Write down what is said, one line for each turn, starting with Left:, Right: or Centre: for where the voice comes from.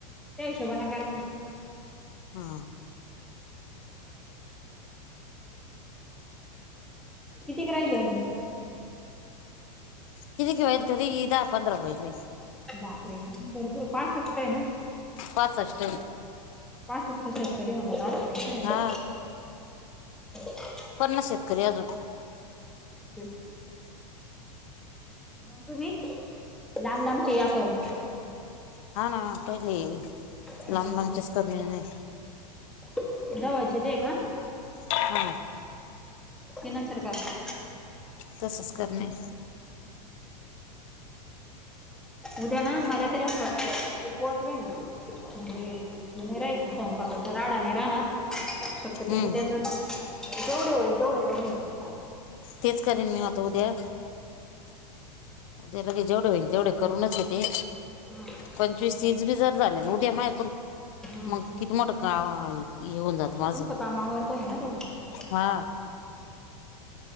Centre: त्या हिशोबानं करा ना.
Left: हां.
Centre: कितीक राहिले अजून.?
Left: किती क होईल, तरी दा पंधरा होईले.
Centre: बापरे, भरपूर पासष्ट आहे ना.
Left: पासष्ट.
Centre: पासष्ट शेतकरी म्हणल्यावर आजून बरपुर आहे ना.
Left: हा
Centre: <inaudible>
Left: पन्नास शेतकरी ए अजून.
Centre: <unintelligible> मंग तुम्ही, लांब लांब चेया करून.
Left: हा ना पहिले,
Centre: आणि
Left: लांब लांबचेच करून येने.
Centre: <unintelligible> जवळचे
Left: हां हां.
Centre: ते नंतर करा.
Left: तसंच करणे.
Centre: उद्या ना मला तरी वाटतं, उपवास राहील, म्हणजे मी नाही राली तर स्वयंपाकाचा राडा नाही राहणार, शक्य आता
Left: हम्म
Centre: उद्या तर, जेवढे होईल तेवढे करून घ्या.
Left: तेच करेन मी आता उद्या. जे लगेच जेवढे होईल तेवढे करूनच घेते.
Centre: हा
Left: पंचवीस तीस बी जर झाले ना उद्या मायकून
Centre: हा
Left: मंग किती मोठं का, ये होऊन जात माझं,
Centre: तुमचं काम आवरतोय ना तेवढं
Left: हा.